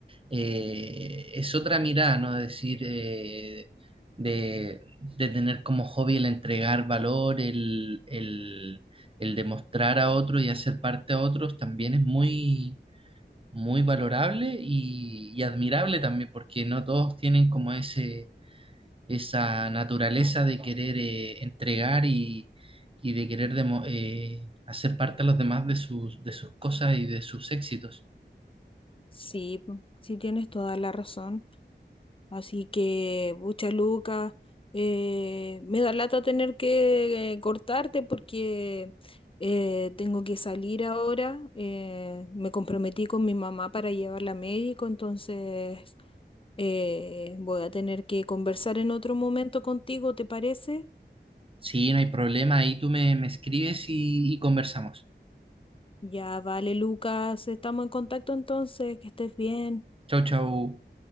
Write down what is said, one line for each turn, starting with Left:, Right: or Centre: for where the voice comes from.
Right: eh, es otra mirada, ¿no? Decir, eh, de, de tener como hobby el entregar valor, el, el, el demostrar a otro y hacer parte a otros, también es muy muy valorable y, y admirable también, porque no todos tienen como ese, esa naturaleza de querer eh, entregar y, y de querer demo- eh, hacer parte a los demás de sus, de sus cosas y de sus éxitos.
Left: Sí, mm, sí tienes toda la razón. Así que, bucha Luca, eh, me da lata tener que eh, cortarte porque eh, tengo que salir ahora. eh, me comprometí con mi mamá para llevarla a médico, entonces eh, voy a tener que conversar en otro momento contigo, ¿te parece?
Right: Sí, no hay problema, ahí tú me, me escribes y, y conversamos.
Left: Ya vale, Lucas, estamos en contacto entonces, que estés bien.
Right: Chau, chau.